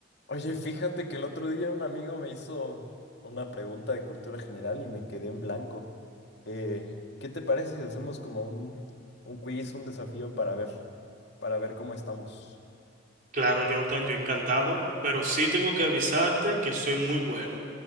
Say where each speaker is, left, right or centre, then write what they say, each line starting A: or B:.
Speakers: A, on the left; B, on the right.
A: Oye, fíjate que el otro día un amigo me hizo una pregunta de cultura general y me quedé en blanco. Eh, ¿qué te parece si hacemos como un, un quiz, un desafío para ver, para ver cómo estamos?
B: Claro, Jordan, yo encantado, pero sí tengo que avisarte que soy muy bueno.